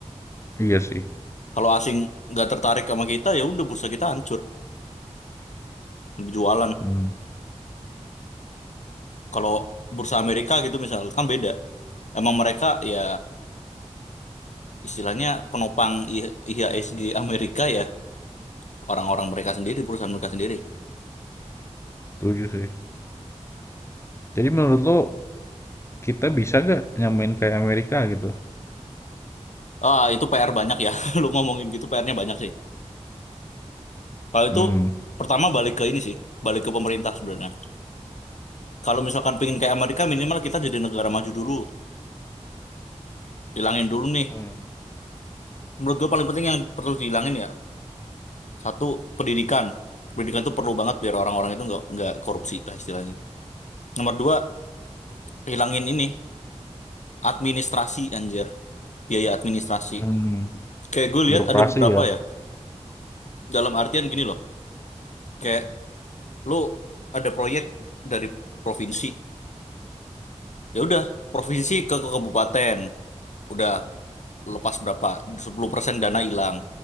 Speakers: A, on the left; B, on the left.
A: iya sih.
B: Kalau asing nggak tertarik sama kita, ya udah bursa kita hancur, jualan
A: Hmm.
B: kalau bursa Amerika gitu misal kan beda. Emang mereka ya istilahnya penopang I- IHSG Amerika ya orang-orang mereka sendiri, perusahaan mereka sendiri.
A: Setuju sih. Jadi menurut lo kita bisa gak nyamain kayak Amerika gitu?
B: Ah, itu PR banyak ya. <laughs> Lu ngomongin gitu PR-nya banyak sih. Kalau
A: Hmm.
B: itu pertama balik ke ini sih, balik ke pemerintah sebenarnya. Kalau misalkan pengen kayak Amerika minimal kita jadi negara maju dulu, hilangin dulu nih.
A: Hmm.
B: Menurut gua paling penting yang perlu dihilangin ya, satu pendidikan. Pendidikan tuh perlu banget biar orang-orang itu nggak nggak korupsi lah istilahnya. Nomor dua, hilangin ini. administrasi anjir biaya administrasi
A: Hmm.
B: kayak gue
A: Birokrasi
B: lihat ada beberapa
A: ya?
B: ya dalam artian gini loh kayak lu ada proyek dari provinsi ya udah provinsi ke, ke kabupaten udah lepas berapa 10% dana hilang